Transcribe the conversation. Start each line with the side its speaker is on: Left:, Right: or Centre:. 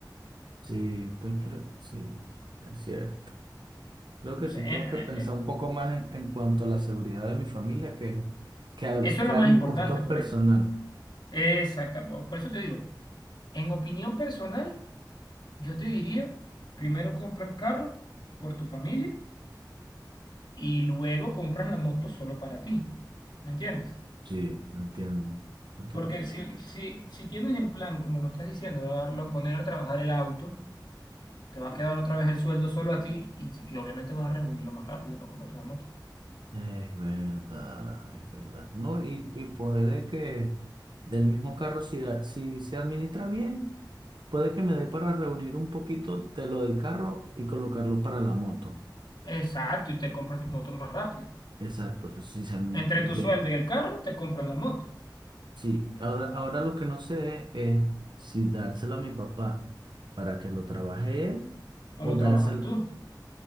Right: Sí, estoy cre- sí, es cierto. Creo
Left: Entonces,
Right: que sí
Left: eh,
Right: tengo que
Left: eh,
Right: pensar
Left: eh,
Right: un poco más en, en cuanto a la seguridad de mi familia que, que, a,
Left: eso
Right: que
Left: es lo
Right: a
Left: más
Right: mi
Left: importante
Right: gusto
Left: por
Right: personal.
Left: eso. Exacto, por, por eso te digo, en opinión personal, yo te diría, primero compra el carro por tu familia y luego compras la moto solo para ti. ¿Me entiendes?
Right: Sí, entiendo. entiendo.
Left: Porque si, si, si tienes el plan, como lo estás diciendo, de darlo, poner a trabajar el auto, te va a quedar otra vez el sueldo solo a ti y, y obviamente vas a reunirlo más rápido para comprarte una moto.
Right: Es verdad, es verdad. No, y, y puede que del mismo carro, si, a- si se administra bien, puede que me dé para reunir un poquito de lo del carro y colocarlo para la moto.
Left: Exacto, y te compras tu moto más rápido.
Right: Exacto, pues si se administra
Left: Entre tu
Right: bien.
Left: sueldo y el carro, te compras la moto
Right: Sí, ahora, ahora lo que no sé es si dárselo a mi papá para que lo trabaje él
Left: o
Right: o
Left: lo
Right: dárselo.
Left: trabajas tú.